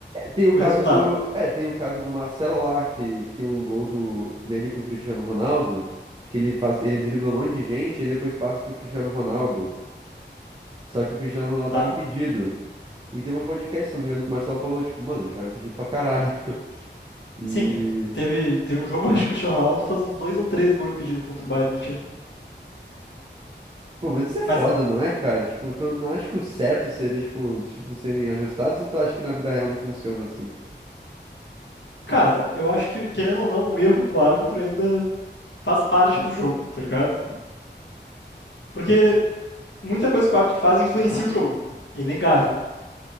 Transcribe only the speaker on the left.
o
resultado,
tá?
Sim, é, teve, teve um jogo, <laughs> acho que o Cristiano Ronaldo faz uns dois ou três gols impedidos contra o Bayern na Champions.
Mas,
cara, eu acho que, querendo ou não, o erro do árbitro ainda faz parte do jogo, tá ligado? Porque muita coisa que o árbitro faz influencia o jogo, é inegável.